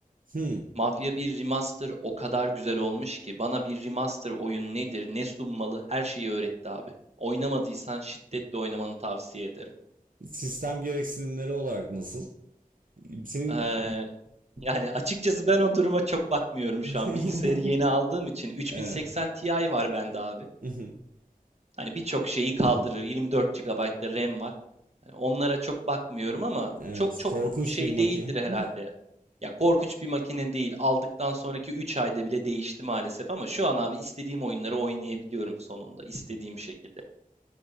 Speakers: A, on the right; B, on the right.
A: hmm.
B: Mafya bir remaster o kadar güzel olmuş ki bana bir remaster oyun nedir, ne sunmalı her şeyi öğretti abi. Oynamadıysan şiddetle oynamanı tavsiye ederim.
A: Sistem gereksinimleri olarak nasıl? Senin
B: Ee, Yani açıkçası ben o duruma çok bakmıyorum şu an.
A: <laughs>
B: Bilgisayarı yeni aldığım için 3080
A: Evet.
B: Ti var bende abi.
A: <laughs>
B: Hani birçok şeyi kaldırır. 24 gigabayt da RAM var. Hani onlara çok bakmıyorum ama
A: Evet.
B: çok çok
A: Korkunç
B: şey
A: bir makine.
B: değildir herhalde.
A: <laughs>
B: ya. korkunç bir makine değil. Aldıktan sonraki 3 ayda bile değişti maalesef ama şu an abi istediğim oyunları oynayabiliyorum sonunda istediğim şekilde.